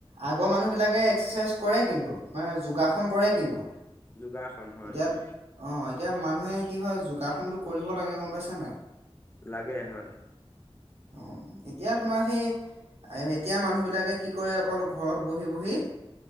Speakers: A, on the right; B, on the left.
A: আগৰ মানুহবিলাকে এক্সাৰচাইজ কৰে কিন্তু। মানে যোগাসন কৰে কিন্তু
B: যোগাসন হয়
A: এতিয়া
B: হয়
A: অঁ এতিয়া মানুহে কি হয় যোগাসনতো কৰিব লাগে গম পাইছা নাই?
B: লাগে হয়।
A: অ এতিয়া তোমাৰ সেই এতিয়া মানুহবিলাকে কি কি কৰে অকল ঘৰত বহি বহি,